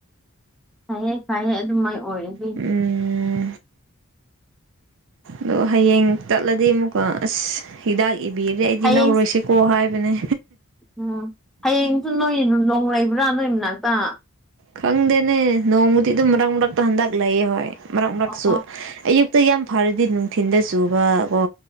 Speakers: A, in the centre; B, on the right.
A: ꯐꯩꯌꯦꯦ ꯐꯩꯌꯦ ꯑꯗꯨꯃꯥꯏ ꯑꯣꯏꯔꯗꯤ
B: ꯎꯝ ꯑꯗꯣ ꯍꯌꯦꯡ ꯇꯠꯂꯗꯤ ꯑꯃꯨꯛꯀꯣ ꯑꯁ ꯍꯤꯗꯥꯛ ꯏꯕꯤꯔꯦ ꯑꯩꯗꯤ
A: ꯍꯌꯦꯡ
B: ꯂꯧꯔꯣꯏꯁꯤꯀꯣ ꯍꯥꯏꯕ ꯑꯗꯨꯅꯦ
A: ꯎꯝ ꯍꯌꯦꯡꯁꯨ ꯅꯣꯏ ꯂꯣꯡ ꯂꯩꯕ꯭ꯔꯥ ꯅꯣꯏ ꯃꯅꯥꯛꯇ
B: ꯈꯪꯗꯦꯅꯦ ꯅꯣꯡꯃꯗꯤ ꯑꯗꯨꯝ ꯃꯔꯛ ꯃꯔꯛꯇ ꯍꯟꯗꯛ ꯂꯩꯌꯦ ꯍꯣꯏ ꯃꯔꯛ ꯃꯔꯛꯁꯨ
A: ꯑꯣ
B: ꯑꯌꯨꯛꯇ ꯌꯥꯝ ꯐꯔꯗꯤ ꯅꯨꯡꯊꯤꯤꯟꯗ ꯆꯨꯕ ꯀꯣ